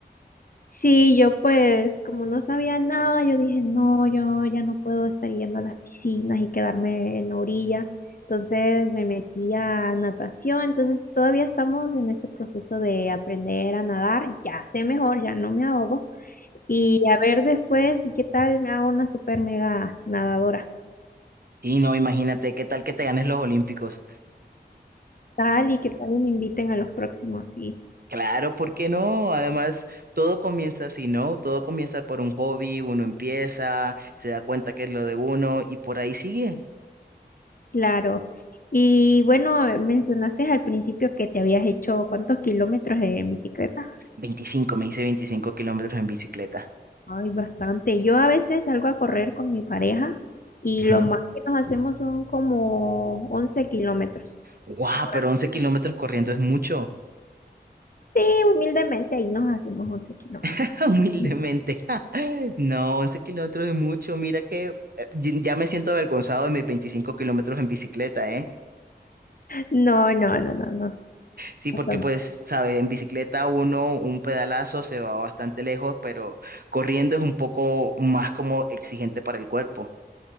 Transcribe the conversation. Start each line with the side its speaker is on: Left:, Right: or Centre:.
Left: Sí, yo pues como no sabía nada, yo dije, no, yo ya no puedo estar yendo a las piscinas y quedarme en la orilla. Entonces me metí a natación, entonces todavía estamos en ese proceso de aprender a nadar, ya sé mejor, ya no me ahogo. Y a ver después qué tal me hago una super mega nadadora,
Right: Y no, imagínate, ¿qué tal que te ganes los olímpicos?
Left: tal y qué tal me inviten a los próximos, sí.
Right: Claro, ¿por qué no? Además, todo comienza así, ¿no? Todo comienza por un hobby, uno empieza, se da cuenta que es lo de uno y por ahí sigue.
Left: Claro. Y bueno, mencionaste al principio que te habías hecho cuántos kilómetros en bicicleta.
Right: 25, me hice 25 kilómetros en bicicleta.
Left: Ay, bastante. Yo a veces salgo a correr con mi pareja y
Right: Ujú.
Left: lo más que nos hacemos son como once kilómetros.
Right: Guau,
Left: por
Right: Pero
Left: ahí.
Right: 11 kilómetros corriendo es mucho,
Left: Sí, humildemente ahí nos hacemos 11 kilómetros.
Right: <laughs> humildemente.
Left: <laughs>
Right: <laughs> No, 11 kilómetros es mucho. Mira que eh, ya ya me siento avergonzado de mis 25 kilómetros en bicicleta, ¿eh?
Left: No, no, no, no, no.
Right: Sí, porque
Left: no, no.
Right: pues, sabes, en bicicleta uno, un pedalazo se va bastante lejos, pero corriendo es un poco más como exigente para el cuerpo.